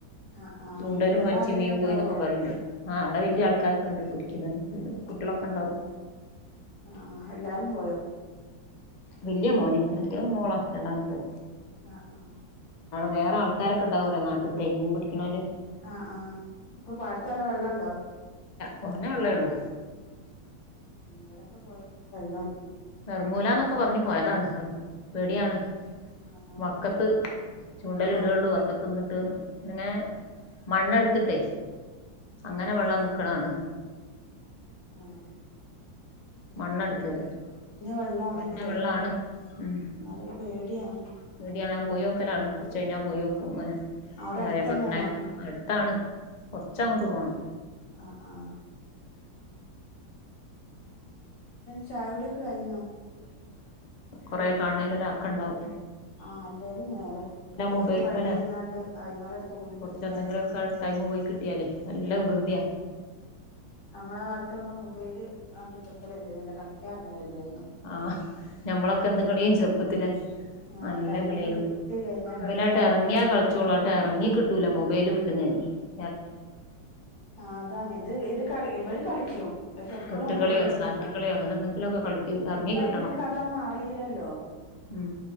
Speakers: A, on the left; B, on the left.
A: ആ ആ
B: ചൂണ്ടലും
A: വല്യ വേറെ
B: വലിച്ച്
A: ആരെങ്കിലും
B: മീൻ
A: ഉണ്ടാവോ
B: പോയിന്നൊക്കെ പറയണ്ട് ആ അവിടെ വലിയ ആൾക്കാരൊക്കെ ഉണ്ട് <unintelligible> കുട്ടിളൊക്കെ ഉണ്ടാവും
A: ആഹ് എല്ലാരും പോയോ
B: വല്യേ മോന് മറ്റേ മോളാ രണ്ടാമത്തെ
A: ആ ആ
B: വേറെ ആൾക്കാരൊക്കെ ഉണ്ടാവുംലെ നാട്ട്ത്തെ മീൻ പിടിക്കണോല്
A: ആഹ് ആഹ് ഇപ്പൊ പാടത്തെ എല്ലാം വെള്ളണ്ടോ
B: കൊറഞ്ഞ വള്ളേ ഉള്ളൂ
A: ഇവിടൊക്കെ പൊയ വെള്ളം
B: എറങ്ങുലന്നൊക്കെ പറഞ്ഞുപോയതാണ് പേടിയാണ്
A: ആ അതാണ്
B: വക്കത്ത് ചൂണ്ടല
A: കൊറഞ്ഞ
B: ഇടോള്ളൂ വക്കത്ത് നിന്നിട്ട് അങ്ങനെ മണ്ണെടുത്തിട്ടേ അങ്ങനെ വെള്ളം നിക്കണാണ്
A: ആഹ്
B: മണ്ണെടുക്കല്ലോ
A: വെള്ളാണെങ്കിലേ
B: കുറഞ്ഞ വെള്ളാണ് ഉം
A: എന്നാലും പേടിയാണ്
B: പേടിയാണ് പോയി നോക്കലാണ് കുറച്ച് കഴിഞ്ഞാ പോയി നോക്കും ഒന്ന് അങ്ങനെ
A: അവിടെ
B: അല്ലേ
A: അടുത്തന്നെയാണോ
B: ആരെ പറഞ്ഞേക്കും അടുത്താണ് കുറച്ച
A: ആ
B: അങ്ങോട്ട് പോണം
A: ആ ആ ചായ കുടിയോക്കെ കഴിഞ്ഞോ
B: കൊറെ കാണ്നേന് ഒരാക്ക ഉണ്ടാവും
A: ആഹ് അല്ലേലും നേരാ മൊബൈല്
B: മൊബൈൽമേലാ
A: കണ്ടിരുന്നാണ്ട് അയിമലട് തൂങ്ങി
B: കൊറച്ച്
A: കഴിഞ്ഞാല്
B: എന്തെങ്കിലുമൊക്കെ ടൈമ് പോയി കിട്ടിയാലേ നല്ല
A: ആഹ്
B: വികൃതിയാ
A: നമ്മളെ കാലത്തൊന്നും മൊബൈല് കണ്ട് കുത്തർക്കൽ അല്ലെന്നല്ലോ കളിക്കാറങ്ങലല്ലേ
B: ആഹ് ഞമ്മളൊക്കെ എന്ത് കളിയ്യേ ചെറുപ്പത്തില്
A: ആഹ്
B: നല്ല
A: ടൈമ്
B: കളിയെനു
A: കിട്ടി കഴിഞ്ഞാ
B: ഇബലങ്ങട്ട്
A: കളിക്കാറങ്ങായിരുന്നു
B: എറങ്ങിയാ കളിച്ചോളും അങ്ങട്ട് എറങ്ങി കിട്ടൂല മൊബൈല് വിട്ടു <unintelligible>
A: ആ അതാണ് ഇത് ഇത് കളി ഇവര് കളിക്കും പക്ഷെ എപ്പഴും
B: തൊട്ടുകളിയോ
A: മൊബൈൽ വരില്ല
B: സാറ്റുകളിയോ അങ്ങനെ എന്തെങ്കിലുമൊക്കെ കളിക്കും എറങ്ങി
A: ഇപ്പ
B: കിട്ടണം
A: അയ്റ്റങ്ങക്ക് അതന്നും അറിയില്ലല്ലോ
B: ഉം